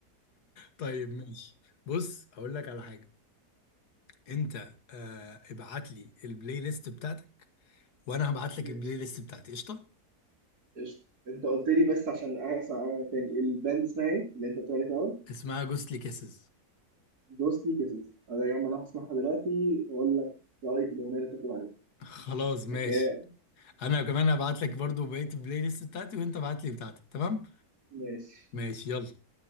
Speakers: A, on the left; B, on the right.
A: طيب ماشي بص هقول لك على حاجه انت آه ابعت لي البلاي ليست بتاعتك وانا هبعت لك
B: ماشي
A: البلاي ليست بتاعتي قشطه
B: قشطة أنت قلت لي بس عشان أسمع تاني الباند اسمها إيه اللي أنت بتقول عليه في الأول؟
A: اسمها جوستلي كيسز
B: دوسلي كيسز أنا يا عم أنا هسمعها دلوقتي وأقول لك رأيي في الأغنية اللي أنت بتقول عليها
A: <laughs> خلاص ماشي
B: أوكي
A: انا كمان هبعت لك برضو بقيه البلاي ليست بتاعتي وانت ابعت لي بتاعتك تمام
B: ماشي
A: ماشي يلا